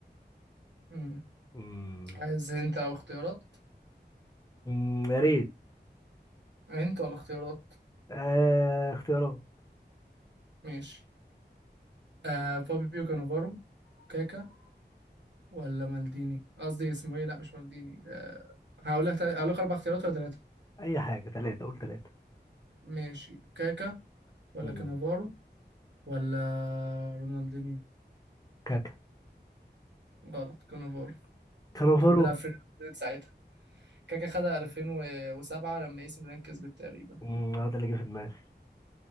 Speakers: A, on the right; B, on the left.
A: امم
B: امم
A: عايز انت او اختيارات
B: امم يا ريت
A: انت ولا اختيارات
B: آه اختيارات
A: ماشي آه فابيو كانافارو كاكا ولا مالديني قصدي اسمه ايه لا مش مالديني آه هقول لك هقول لك اربع اختيارات ولا ثلاثه
B: اي حاجة ثلاثة قول ثلاثة
A: ماشي كاكا ولا
B: امم
A: كانافارو ولا رونالدينيو
B: كاكا
A: غلط كانافارو
B: كالوفارو
A: كان بيلعب في ريال مدريد ساعتها كاكا خدها 2007 لما اي سي ميلان كسبت تقريبا
B: امم هو ده اللي جه في دماغي